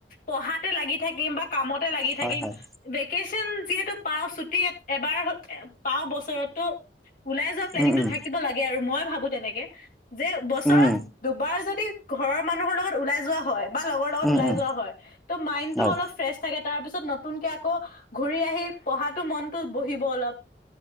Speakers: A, on the left (about 50°); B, in the centre.
A: পঢ়াতে লাগি থাকিম বা কামতে লাগি থাকিম
B: হয় হয়
A: ভেকেশচন যিহেতু পাও ছুটি এবাৰ পাও বছৰতো ওলাই যোৱা প্লেনিংটো
B: উম উম
A: থাকিব লাগে আৰু মই ভাবো তেনেকে যে বছৰত
B: উম
A: দুবাৰ যদি ঘৰৰ মানুহৰ লগত ওলাই যোৱা হয় বা লগৰ লগত
B: উম
A: লাই
B: উম
A: যোৱা হয় ত মাইণ্ডটো
B: হয়
A: অলপ ফ্ৰেচ থাকে তাৰপিছত নতুনকে আকৌ ঘূৰি আহি পঢ়াতো মনতো বহিব অলপ